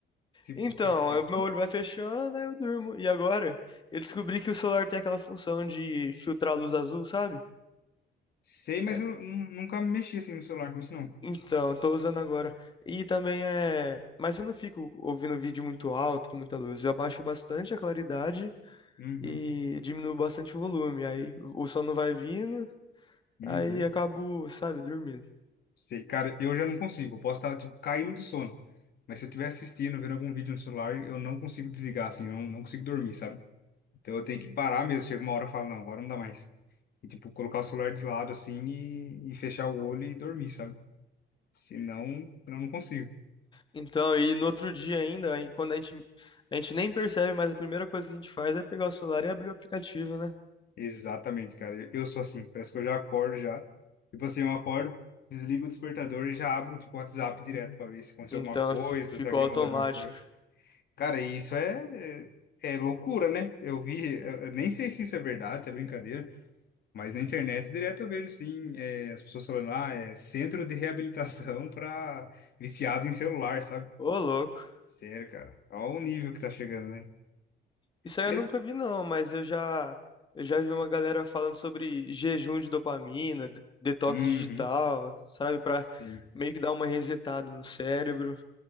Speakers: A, on the left; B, on the left.
A: Se
B: então,
A: você ficar
B: eu-
A: assim?
B: meu olho vai fechando, aí eu durmo. E agora? Eu descobri que o celular tem aquela função de filtrar a luz azul, sabe?
A: Sei, mas
B: É,
A: eu nun- nunca mexi assim no celular com isso, não.
B: Então, eu tô usando agora. E também é. Mas eu não fico ouvindo vídeo muito alto, com muita luz. Eu abaixo bastante a claridade.
A: Uhum.
B: e diminuo bastante o volume. Aí o sono vai vindo,
A: Uhum.
B: aí acabo, sabe, dormindo.
A: Sei, cara, eu já não consigo. Eu posso estar, tipo, caindo de sono. Mas se eu estiver assistindo, vendo algum vídeo no celular, eu não consigo desligar, assim, eu não, não consigo dormir, sabe? Então eu tenho que parar mesmo. Chega uma hora e falo, não, agora não dá mais. E, tipo, colocar o celular de lado, assim, e, e fechar o olho e dormir, sabe? Senão, eu não consigo.
B: Então, e no outro dia ainda, aí quando a gente, a gente nem percebe, mas a primeira coisa que a gente faz é pegar o celular e abrir o aplicativo, né?
A: Exatamente, cara. Eu, eu sou assim. Parece que eu já acordo já. Tipo assim, eu acordo, desligo o despertador e já abro, tipo, o WhatsApp direto pra ver se aconteceu
B: Então
A: alguma coisa,
B: f- ficou
A: se alguém
B: automático.
A: mandou alguma coisa. Cara, e isso é, é é loucura, né? Eu vi, eu eu nem sei se isso é verdade, se é brincadeira, mas na internet direto eu vejo, sim, é, as pessoas falando, ah, é centro de reabilitação <laughs> para viciado em celular, sabe?
B: Ô, louco.
A: Sério, cara. Olha o nível que tá chegando, né?
B: Isso aí
A: Mas,
B: eu nunca vi, não, mas eu já, eu já vi uma galera falando sobre jejum de dopamina, de- detox
A: uhum,
B: digital, sabe? Pra
A: sim.
B: meio que dar uma resetada no cérebro,